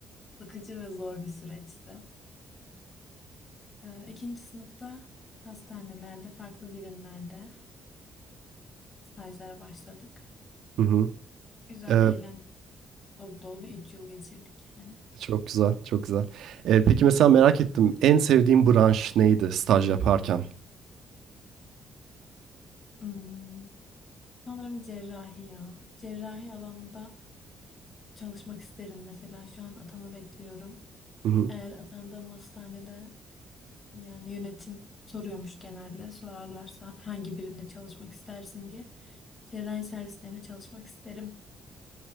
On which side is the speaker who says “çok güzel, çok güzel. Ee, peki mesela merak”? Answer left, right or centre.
Right